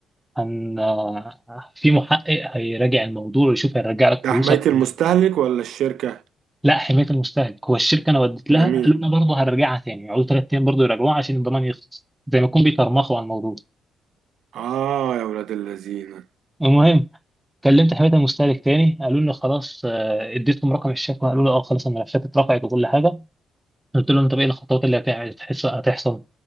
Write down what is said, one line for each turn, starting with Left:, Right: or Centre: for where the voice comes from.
Centre: هن آه، في محقق هيراجع الموضوع ويشوف هيرجع لك
Right: ده
Centre: فلوسك
Right: حمايه المستهلك
Centre: ولا لا
Right: ولا الشركه
Centre: لا حماية المستهلك هو الشركة انا وديت لها
Right: جميل
Centre: قالوا لنا برضه هنرجعها تاني يقعدوا ثلاث ايام برضه يراجعوها عشان الضمان يخلص زي ما يكون بيترمخوا على الموضوع
Right: اه يا ولاد اللذين
Centre: المهم كلمت حمايه المستهلك تاني قالوا لي خلاص آه، اديتهم رقم الشكوى قالوا لي اه خلاص الملفات اترفعت وكل حاجه قلت لهم طب ايه الخطوات اللي هتعمل هتحس- هتحصل